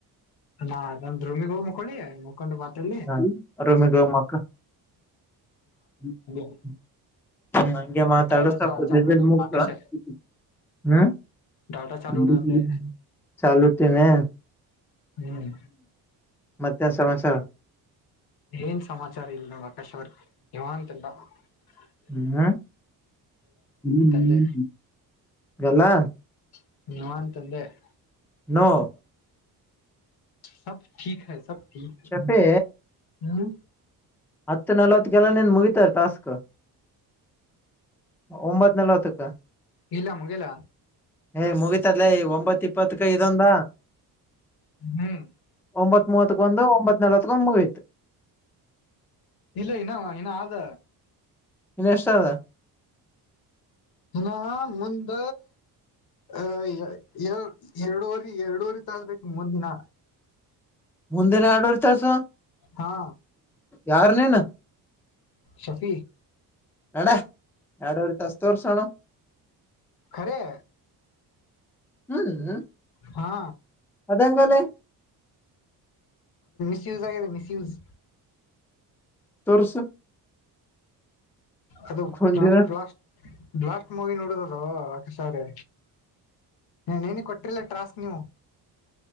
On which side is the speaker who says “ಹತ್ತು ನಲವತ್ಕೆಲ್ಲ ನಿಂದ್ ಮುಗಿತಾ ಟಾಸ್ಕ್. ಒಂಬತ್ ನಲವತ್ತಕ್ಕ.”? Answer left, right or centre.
Centre